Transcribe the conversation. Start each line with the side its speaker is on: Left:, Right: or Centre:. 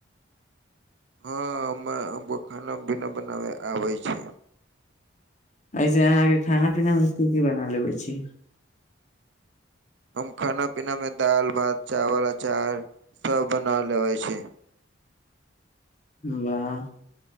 Right: हँ हम्मे हमको खाना पीना बनावे आबे छै।
Left: ऐसे अहाँ के खाना पीना मे की की बना लेबे छी?
Right: हम खाना पीनामे दाल भात चावल अचार सब बना लेबै छी।
Left: वाह,